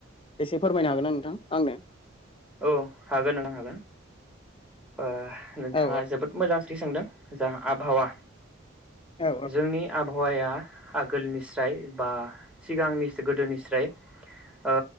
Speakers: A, on the left; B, in the centre.
A: एसे फोरमायनो हागोनना नोंथां आंनो
B: औ हागोन नोंथां हागोन ओ नोंथाङा
A: औ
B: जोबोद मोजां सोंथि सोंदों जा आबहावा
A: औ
B: जोंनि आबहा वाया आगोलनि स्राय बा सिगांनि गोदोनि स्राय ओ